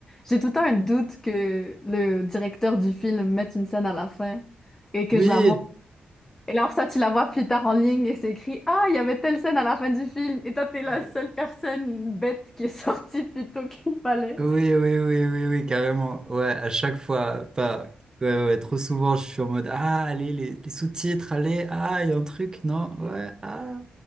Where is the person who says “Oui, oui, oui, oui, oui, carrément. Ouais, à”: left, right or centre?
Right